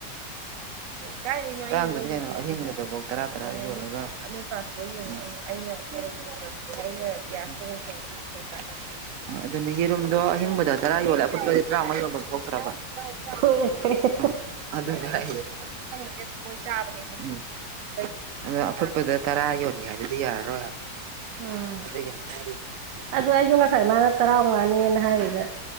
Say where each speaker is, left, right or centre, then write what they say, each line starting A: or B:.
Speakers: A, on the right; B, on the right.
A: ꯇꯥꯡꯗꯗꯤ ꯀꯩꯅꯣ ꯑꯍꯤꯡꯒꯗꯐꯧ ꯇꯔꯥ ꯇꯔꯥ <unintelligible> ꯄꯥꯊꯣꯛꯑ ꯌꯦꯡꯉ ꯑꯩꯅ ꯑꯩꯅ ꯒ꯭ꯌꯥꯁ ꯀꯩ ꯀꯩ ꯑꯗꯨꯅ ꯌꯦꯔꯨꯝꯗꯣ ꯑꯍꯤꯡꯕꯗ ꯇꯔꯥ ꯌꯣꯜꯂꯦ ꯑꯐꯨꯠꯄꯗꯤ ꯇꯔꯥꯃꯉꯥ ꯌꯣꯟꯐꯝ ꯊꯣꯛꯇ꯭ꯔꯕ <unintelligible>
B: ꯊꯣꯛꯑꯦ ꯊꯣꯛꯑꯦ
A: ꯈꯪꯕꯅꯤ ꯑꯗꯨꯝ ꯃꯣꯏ ꯆꯥꯕꯅꯦꯅ ꯍꯥꯏꯕ ꯑꯗ ꯑꯐꯨꯠꯄꯗ ꯇꯔꯥ ꯌꯣꯟꯒꯦ ꯍꯥꯏꯗꯨꯗꯤ ꯌꯥꯔꯔꯣꯏ
B: ꯎꯝ
A: ꯍꯥꯏꯕ
B: ꯑꯗꯨ ꯑꯩꯁꯨ ꯉꯁꯥꯏ ꯃꯥꯅ ꯇꯔꯥꯎꯉꯥꯅꯦꯅ ꯍꯥꯏꯕꯗꯨꯗ